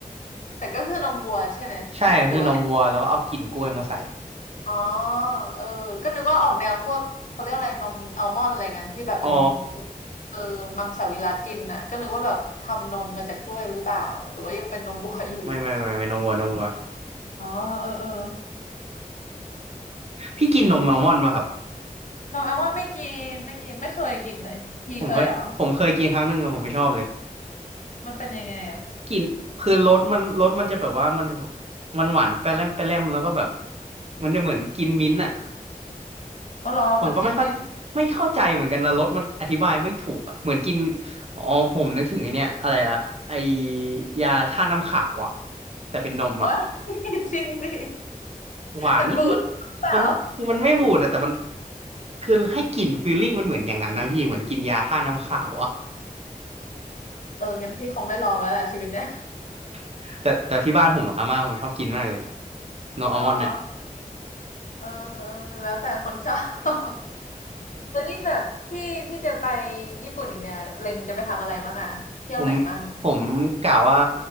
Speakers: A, on the left; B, on the right.
A: แต่ก็คือนมวัวใช่ไหม
B: ใช่คือนมวัวแล้วก็เอากลิ่นกล้วยมาใส่
A: หรือว่าอ๋อเออก็นึกว่าออกแนวพวกเขาเรียกอะไรนมอัลมอนด์อะไรเงี้ยที่แบบเป็น
B: อ๋อ
A: เออมังสวิรัติกินน่ะก็นึกว่าแบบทำนมมาจากกล้วยหรือเปล่าหรือว่ายังเป็นนมวัวอยู่
B: ไม่ไม่ไม่ไม่นมวัวนมวัว
A: อ๋อเออเออ
B: พี่กินนมอัลมอนด์ป่ะครับ
A: นมแอลมอนด์ไม่กินไม่กินไม่เคยกินเลยพี่เคยเหรอ
B: ผมเคยผมเคยกินครั้งหนึ่งอะผมไม่ชอบเลย
A: มันเป็นยังไงอ่ะ
B: กินคือรสมันรสมันจะแบบว่ามันมันหวานแปร่มแปร่มแล้วก็แบบมันจะเหมือนกินมิ้นท์อ่ะ
A: อ๋อเหรอเหมือนกินมิ้นท์
B: ผมก็ไม่เข้าไม่เข้าใจเหมือนกันนะรสมันอธิบายไม่ถูกอะเหมือนกินอ๋อผมนึกถึงไอเนี้ยอะไรอะไอยาท่าตุน้ำขาวอะแต่เป็นนมอะ
A: เอ้ย <laughs> จริงดิ
B: หวานนิดนิด
A: มันบูดหรือเปล่า
B: มันคือมันไม่บูดอะแต่มันคือให้กลิ่นฟีลลิ่งมันเหมือนอย่างนั้นนะพี่เหมือนกินยาท่าตุน้ำขาวอะ
A: เอองั้นพี่คงไม่ลองแล้วล่ะชีวิตเนี้ย
B: <laughs> แต่แต่ที่บ้านผมออาม่าผมชอบกินมากเลยโนอัลมอนด์เนี่ย
A: เนาะเออเออแล้วแต่คนชอบ <laughs> แล้วนี่แบบที่ที่จะไปญี่ปุ่นอีกเนี่ยเล็งจะไปทำอะไรบ้างอะเที่ยวไหนบ้าง
B: <laughs> ผมผมกะว่า